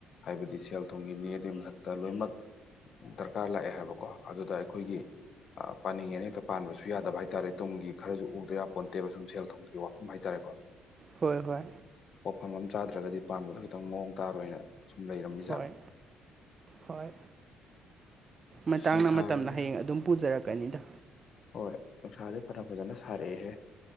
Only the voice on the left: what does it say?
ꯍꯥꯏꯕꯗꯤ ꯁꯦꯜ ꯊꯨꯝꯒꯤꯅꯤ ꯑꯗꯨꯒꯤ ꯃꯊꯛꯇ ꯂꯣꯏꯅꯃꯛ ꯗꯔꯀꯥꯔ ꯂꯥꯛꯑꯦ ꯍꯥꯏꯕꯀꯣ ꯑꯗꯨꯗ ꯑꯩꯈꯣꯏꯒꯤ ꯄꯥꯟꯅꯤꯡꯉꯦꯅ ꯍꯦꯛꯇ ꯄꯥꯟꯕꯁꯨ ꯌꯥꯗꯕ ꯍꯥꯏꯇꯥꯔꯦ ꯇꯨꯡꯒꯤ ꯈꯔꯁꯨ ꯎꯗꯕ ꯌꯥꯄꯣꯟꯇꯦꯕ ꯁꯨꯝ ꯁꯦꯜ ꯊꯨꯝꯒꯤ ꯋꯥꯐꯝ ꯍꯥꯏꯇꯥꯔꯦꯀꯣ
ꯄꯣꯠꯐꯝ ꯑꯃ ꯆꯥꯗ꯭ꯔꯒꯗꯤ ꯄꯥꯟꯕꯗꯣ ꯈꯤꯇꯪ ꯃꯑꯣꯡ ꯇꯥꯔꯣꯏꯅ ꯁꯨꯝ ꯂꯩꯔꯝꯃꯦ
ꯅꯨꯡꯁꯥꯁꯦ
ꯍꯣꯏ ꯅꯨꯡꯁꯥꯁꯦ ꯐꯖꯅ ꯐꯖꯅ ꯁꯥꯔꯛꯑꯦꯍꯦ